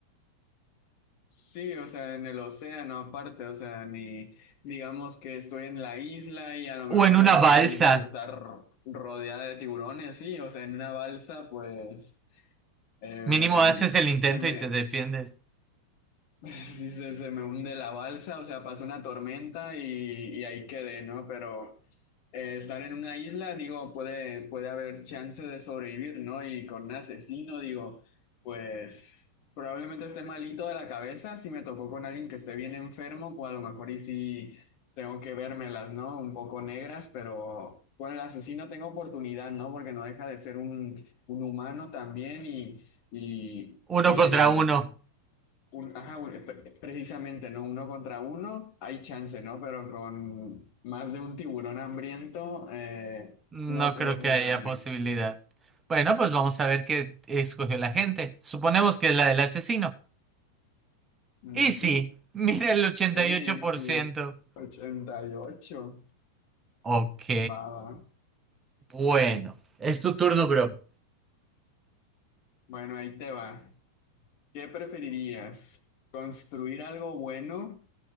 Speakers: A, on the left; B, on the right.
A: Sí, o sea, en el océano aparte, o sea, ni digamos que estoy en la isla y a lo mejor
B: O en
A: no
B: una
A: puedo
B: balsa.
A: salir porque está ro- rodeada de tiburones, sí, o sea, en una balsa, pues eh,
B: Mínimo haces el intento
A: se me,
B: y te defiendes.
A: <laughs> Sí, se, se me hunde la balsa, o sea, pasó una tormenta y, y ahí quedé, ¿no? Pero eh, estar en una isla, digo, puede, puede haber chance de sobrevivir, ¿no? Y con un asesino, digo, pues probablemente esté malito de la cabeza, si me tocó con alguien que esté bien enfermo, pues a lo mejor y sí tengo que vérmelas, ¿no? Un poco negras, pero con el asesino tengo oportunidad, ¿no? Porque no deja de ser un, un humano también y... Y,
B: Uno
A: y
B: contra
A: en
B: uno.
A: un, ajá, un- eh, pre- precisamente, ¿no? Uno contra uno, hay chance, ¿no? Pero con más de un tiburón hambriento, eh,
B: No
A: no creo
B: creo que
A: que la
B: haya
A: arme.
B: posibilidad. Bueno, pues vamos a ver qué escogió la gente. Suponemos que es la del asesino.
A: Ujú.
B: Y sí, mira el 88%.
A: Sí, sí. 88.
B: Ok.
A: Va, va.
B: Bueno, es tu turno, bro.
A: Bueno, ahí te va. ¿Qué preferirías? ¿Construir algo bueno